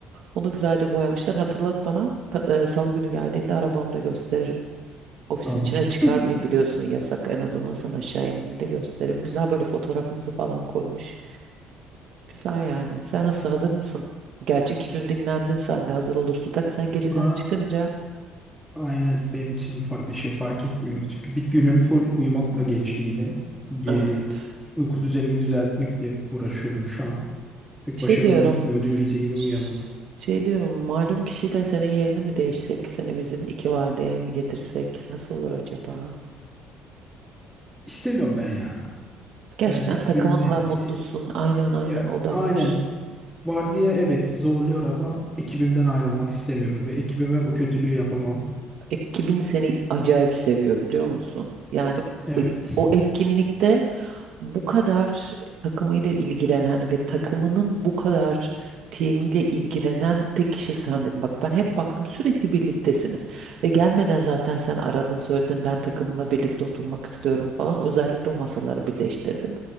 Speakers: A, on the right; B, in the centre.
A: Onu güzelce boyamışlar. Hatırlat bana. Pa- e, Salı günü geldiğinde arabamda gösteririm. Ofisin
B: Tamam.
A: içine çıkarmayın
B: <laughs>
A: biliyorsun yasak. En azından sen aşağı indiğinde gösteririm. Güzel böyle fotoğrafımızı falan koymuş. Güzel yani. Sen nasıl hazır mısın? Gerçi iki gün dinlendin sen de hazır olursun. Tabii sen geceden
B: Ha,
A: çıkınca
B: Aynen benim için fa- bir şey fark etmiyor. Çünkü bir günüm full uyumakla geçti yine. Geri
A: evet.
B: uyku düzenimi düzeltmekle uğraşıyorum şu an. Pek
A: Şey
B: başarılı
A: diyorum.
B: gitmiyor. Dün gece yine
A: ş-
B: uyuyamadım.
A: Şey diyorum. Malum kişiyle senin yerini mi değişsek? Seni bizim iki vardiyaya mi getirsek? Nasıl olur acaba?
B: İstemiyorum ben ya.
A: Gerçi
B: Ben
A: sen
B: ekibimle
A: takımınla mutlusun.
B: e- e,
A: Aynen aynen
B: ya
A: o da
B: aynen
A: var.
B: vardiya evet zorluyor ama ekibimden ayrılmak istemiyorum ve ekibime bu kötülüğü yapamam.
A: Ekibin seni acayip seviyor biliyor musun? Yani
B: Evet.
A: o o etkinlikte bu kadar takımıyla ilgilenen ve takımının bu kadar timiyle ilgilenen tek kişi sendin. Bak ben hep baktım sürekli birliktesiniz ve gelmeden zaten sen aradın söyledin ben takımla birlikte oturmak istiyorum falan. Özellikle o masaları birleştirdim.